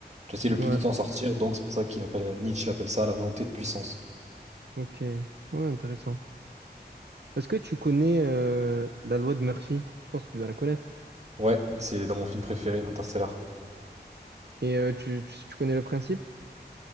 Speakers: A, on the right; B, on the right.
A: Tu essaies le
B: Ouais,
A: plus de t'en sortir, donc c'est pour ça qu'il appelle Nietzsche l'appelle ça la volonté de puissance.
B: ok. Ouais, intéressant. Est-ce que tu connais euh, la loi de Murphy? Je pense que tu dois la connaître.
A: Ouais, c'est dans mon film préféré, Interstellar.
B: Et euh, tu, tu tu connais le principe?